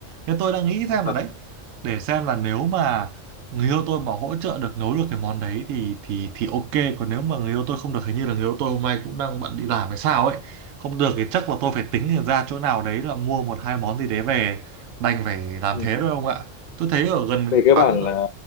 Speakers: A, on the right; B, on the left.
A: nên tôi đang nghĩ
B: À,
A: xem là đấy để xem là nếu mà người yêu tôi mà hỗ trợ được nấu được cái món đấy thì thì thì ok còn nếu mà người yêu tôi không được hình như là người yêu tôi hôm nay cũng đang bận đi làm hay sao ấy không được thì chắc là tôi phải tính ra chỗ nào đấy là mua một hai món gì đấy về đành phải làm
B: ừ.
A: thế thôi ông ạ tôi thấy ở gần
B: về
A: quán
B: cơ bản là